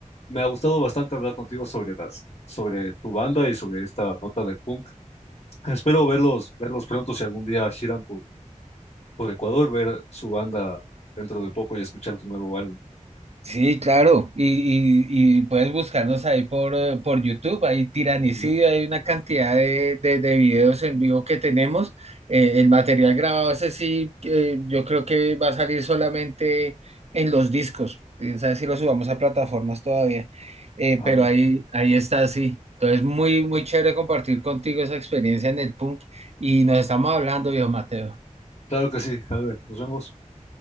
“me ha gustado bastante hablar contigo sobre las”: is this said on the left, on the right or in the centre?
Left